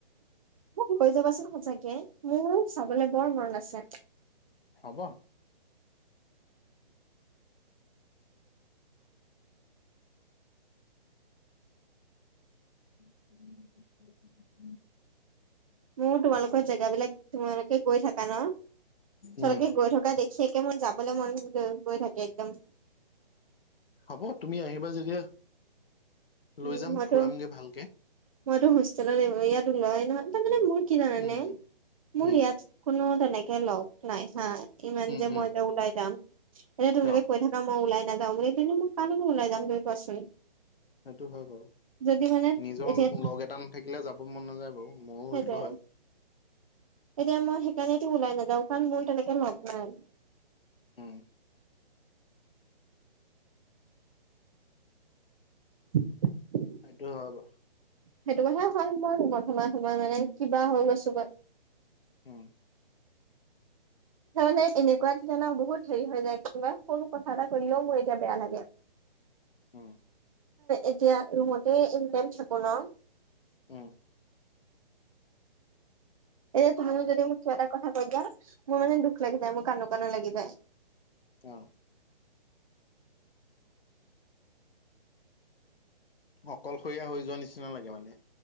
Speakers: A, on the right (about 35°); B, on the left (about 70°).
A: মোক লৈ যাবাচোন সঁচাকে মোৰ চাবলে বৰ মন আছে।
B: হ'ব। <unintelligible>
A: মোৰ তোমালোকৰ জেগা বিলাক তোমালোকে গৈ থাকা ন, তোলোকে
B: উম
A: গৈ থকা দে হেকে মোৰ যাবলৈ মন গৈ থাকে একদম।
B: হ'ব তুমি আহিবা যেতিয়া।
A: উম!
B: লৈ যাম
A: মইতো,
B: ফুৰামগে ভালকে
A: মইতো হোষ্টেলত ইয়াতো লোৱা নহয় তাৰ মানে মোৰ। কি জানানে
B: উম
A: মোৰ
B: উম
A: ইয়াত কোনো তেনেকে লগ নাই হা। ইমান
B: উম
A: যে
B: উম
A: মই যে ওলাই যাম এতিয়া তোমাক
B: অ
A: কৈ থাক ন মই ওলাই নাজাওঁ বোলি কিন্তু মই কাৰ লগত ওলাই যাম তুমি কোৱাচোন?
B: সেইটো হয় বাৰু,
A: যদি মানে
B: নিজৰ
A: এতিয়া
B: লগ এটা নাথাকিলে যাব মন নাযায় বাৰু মোৰো
A: সেইটোৱে
B: সেইটো হয়।
A: এতিয়া মই সেইকাৰণেতো ওলাই নাযাওঁ কাৰণ মোৰ তেনেকে লগ নাই।
B: উম।
A: <unintelligible>
B: সেইটো হয় বাওঁ।
A: সেইটো কথাই হয় মই ৰোমত সোমাই সোমাই মানে কিবা হৈ গৈছো গৈ।
B: উম।
A: তাৰমানে এনেকুৱা দিনা ন বহুত হেৰি হৈ যায় কেতিয়াবা সৰু কথা এটা কৈ দিলেওঁ মোৰ এতিয়া বেয়া লাগে। <unintelligible>
B: উম।
A: এতিয়া ৰুমতে ইনিটাইম থাকোঁ ন।
B: উম।
A: এ তুমিও যদি মোক কিবা এটা কথা কৈ দিয়া, মোৰ মানে দুখ লাগি যায়, মোৰ কান্দো কান্দো লাগি যায়।
B: অ। অকলশৰীয়া হৈ যোৱা নিচিনা লাগে মানে।